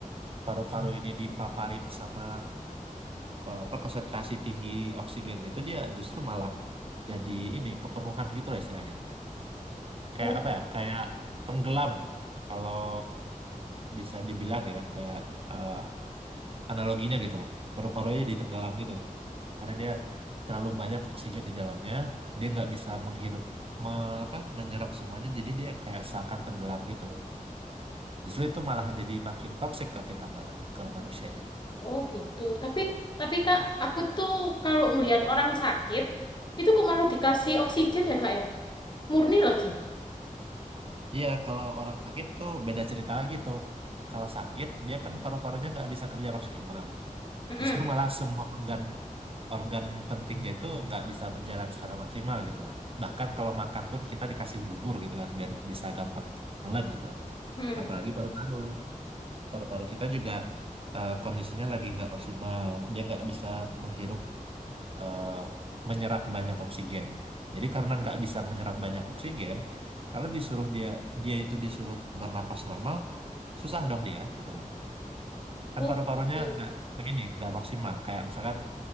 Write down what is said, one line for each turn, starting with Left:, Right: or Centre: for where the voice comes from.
Right: paru-paru ini dipaparin sama ke- apa konsentrasi tinggi oksigen gitu dia justru malah jadi ini kepenuhan gitu lah istilahnya. Kayak
Left: Oh.
Right: apa ya? Kayak tenggelam kalau bisa dibilang ya kayak eh, analoginya gitu loh. Paru-parunya jadi tenggelam gitu karena dia terlalu banyak oksigen di dalamnya, dia nggak bisa menghirup me- apa menyerap semuanya jadi dia kayak seakan tenggelam gitu. Justru itu malah jadi makin toksik ke kita malah, ke manusianya.
Left: Oh gitu. Tapi tapi Kak,
Right: Hmm.
Left: aku tuh kalau ngelihat orang sakit itu kok malah dikasih oksigen ya Kak ya? Murni lagi.
Right: Iya, kalau orang sakit tuh beda cerita lagi tuh. Kalau sakit, dia kan paru-parunya nggak bisa kerja maksimal.
Left: Mm-mm.
Right: Justru malah semua organ organ pentingnya itu nggak bisa berjalan secara maksimal gitu loh. Bahkan kalau makan pun kita dikasih bubur gitu kan, biar bisa gampang nelen gitu loh.
Left: Mm-mm.
Right: Apalagi paru-paru. Paru-paru kita juga eh, kondisinya lagi nggak maksimal. Dia nggak bisa menghirup eh, menyerap banyak oksigen. Jadi karena nggak bisa menyerap banyak oksigen, kalau disuruh dia dia itu disuruh bernafas normal, susah dong dia gitu loh. Kan
Left: Oh,
Right: paru-parunya
Left: mm.
Right: nggak nggak ini nggak maksimal. Kayak misalkan